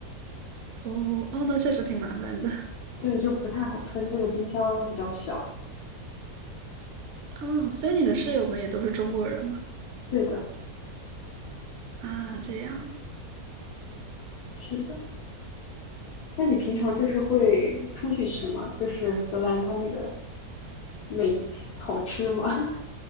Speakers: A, on the right; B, on the left.
A: 哦，哦，那确实挺麻烦的。
B: 对，就不太好分。这个冰箱比较小，
A: 哦，所以你的室友们也都是中国人吗？
B: 对的，
A: 啊，这样，
B: 是的。那你平常就是会出去吃吗？
A: 嗯，
B: 就是荷兰它那个美好吃吗？<laughs>